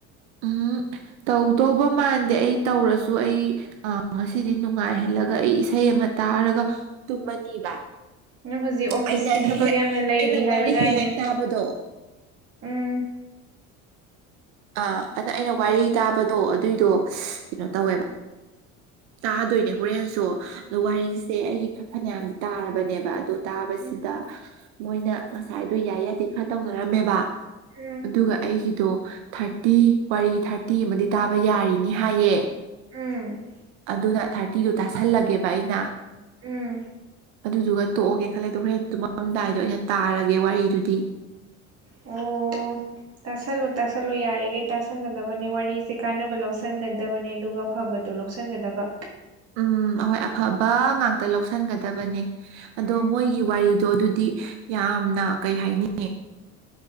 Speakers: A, on the right; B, on the right.
A: ꯎꯝ ꯇꯧꯗꯧꯕ ꯃꯥꯟꯗꯦ ꯑꯩ ꯇꯧꯔꯁꯨ ꯑꯩ ꯑ ꯉꯁꯤꯗꯤ ꯅꯨꯡꯉꯥꯏꯍꯜꯂꯒ ꯑꯩ ꯏꯁꯩ ꯑꯃ ꯇꯥꯔꯒ ꯇꯨꯝꯃꯅꯤꯕ
B: ꯅꯪ ꯍꯧꯖꯤꯛ ꯑꯣꯐꯤꯁꯀꯤ
A: ꯑꯩꯅ
B: ꯊꯕꯛ
A: ꯍꯦꯛ ꯍꯦꯛ
B: ꯌꯥꯝꯅ ꯂꯩꯔꯤ
A: ꯑꯩꯅ
B: ꯍꯥꯏꯕꯗꯥꯏꯅꯦ
A: ꯋꯥꯔꯤ ꯍꯦꯛ ꯍꯦꯛ ꯇꯥꯕꯗꯣ
B: ꯎꯝ
A: ꯑꯥ ꯑꯗꯨꯗ ꯑꯩꯅ ꯋꯥꯔꯤ ꯇꯥꯕꯗꯣ ꯑꯗꯨꯏꯗꯣ ꯀꯩꯅꯣ ꯇꯧꯋꯦꯕ ꯇꯥꯗꯣꯏꯅꯦ ꯍꯣꯔꯦꯟꯁꯨ ꯑꯗꯣ ꯋꯥꯔꯤꯁꯦ ꯑꯩꯒꯤ ꯈ ꯐꯅꯌꯥꯝ ꯇꯥꯔꯕꯅꯦꯕ ꯑꯗꯣ꯫ ꯇꯥꯕꯁꯤꯗ
B: ꯎꯝ
A: ꯃꯣꯏꯅ ꯉꯁꯥꯏꯗꯣ ꯌꯥꯏ ꯌꯥꯗꯦ ꯈꯔ ꯇꯧꯅꯔꯝꯃꯦꯕ
B: ꯎꯝ
A: ꯑꯗꯨꯒ ꯑꯩꯒꯤꯗꯣ ꯊꯥꯔꯇꯤ ꯋꯥꯔꯤ ꯊꯥꯔꯇꯤ ꯑꯃꯗꯤ ꯇꯥꯕ ꯌꯥꯔꯤꯅꯤ ꯍꯥꯏꯌꯦ꯫
B: ꯑꯝ
A: ꯑꯗꯨꯅ ꯊꯥꯔꯇꯤꯗꯨ ꯇꯥꯁꯜꯂꯒꯦꯕ ꯑꯩꯅ
B: ꯎꯝ
A: ꯑꯗꯨꯗꯨꯒ ꯇꯣꯛꯑꯒꯦ ꯈꯜꯂꯦ ꯑꯗꯣ ꯍꯣꯔꯦꯟ ꯇꯨꯝꯃꯝꯗꯥꯏꯗ ꯑꯣꯏꯅ ꯇꯥꯔꯒꯦ ꯋꯥꯔꯤꯗꯨꯗꯤ
B: ꯑꯣ ꯇꯥꯁꯜꯂꯨ ꯇꯥꯁꯜꯂꯨ ꯌꯥꯔꯤꯈꯩ ꯇꯥꯁꯟꯒꯗꯕꯅꯤ ꯋꯥꯔꯤꯁꯦ ꯀꯥꯟꯅꯕ ꯂꯧꯁꯤꯟꯒꯗꯕꯅꯦ ꯑꯗꯨꯒ ꯑꯐꯕꯗꯨ ꯂꯧꯁꯟꯒꯗꯕ
A: ꯎꯝ ꯍꯣꯏ ꯑꯐꯕ ꯉꯥꯛꯇ ꯂꯧꯁꯤꯟꯒꯗꯕꯅꯦ꯫ ꯑꯗꯣ
B: ꯎꯝ
A: ꯃꯣꯏꯒꯤ ꯋꯥꯔꯤꯗꯣ ꯑꯗꯨꯗꯤ ꯌꯥꯝꯅ ꯀꯩ ꯍꯥꯏꯅꯤ